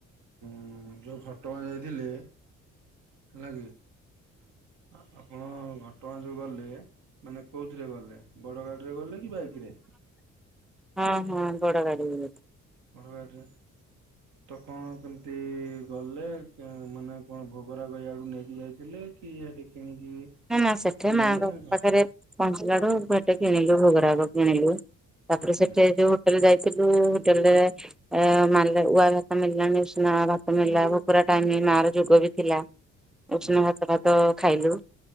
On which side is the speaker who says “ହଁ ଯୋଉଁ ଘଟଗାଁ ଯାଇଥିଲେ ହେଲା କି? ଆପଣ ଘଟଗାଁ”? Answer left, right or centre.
Right